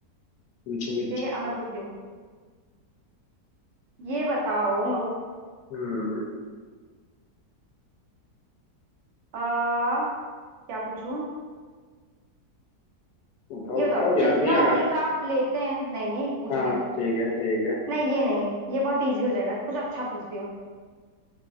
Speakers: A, on the left (about 80°); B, on the right (about 60°).
A: पूछो कुछ
B: ठीक है अब मैं पूछती हूँ ये बताओ
A: हम्म
B: आ, क्या पूछूं
A: बताओ
B: ये
A: बताओ
B: बताओ
A: याद
B: जितना
A: नहीं आ
B: अधिक
A: रहा
B: आप लेते हैं नहीं नहीं पूछ
A: हाँ
B: रही हूँ
A: ठीक है ठीक है
B: नहीं ये नहीं ये बहुत इजी हो जाएगा कुछ अच्छा पूछती हूँ